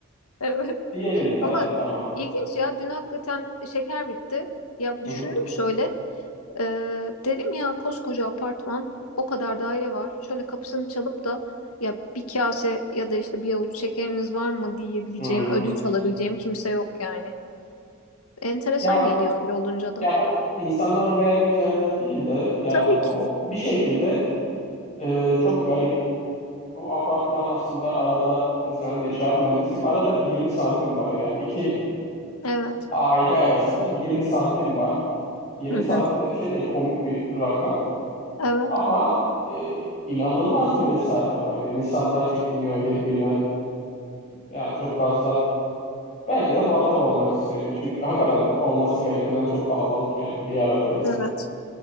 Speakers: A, on the left; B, on the left.
A: Evet.
B: Diyelim ya
A: Ama
B: hadi tamam.
A: ilginç ya dün hakikaten şeker bitti. Ya
B: Hı
A: düşündüm
B: hı.
A: şöyle Ee, dedim ya koskoca apartman o kadar daire var. Şöyle kapısını çalıp da ya bir kase ya da işte bir avuç şekeriniz var mı diyebileceğim,
B: Hı.
A: ödünç alabileceğim kimse yok yani. Enteresan
B: Ya
A: geliyor öyle olunca da.
B: ya bu insanların vermeyeceğinden değil de yani
A: Tabii ki.
B: o bir şekilde e, çok garip. O apartman aslında arada mesela ben de inşaat mühendisiyim. Arada bir 20 santim var yani. iki
A: Evet.
B: aile arasında bir 20 santim var. 20
A: Hı hı.
B: santim de bir şey değil komik bir rakam.
A: Evet.
B: Ama e, inanılmaz bir mesafe var. Yani insanlar çekiniyor birbirine. Yani çok fazla. Belki de muhatap olmak istemiyor. Çünkü hakikaten olması gerekenden çok kalabalık yani. Bir aradayız.
A: Evet.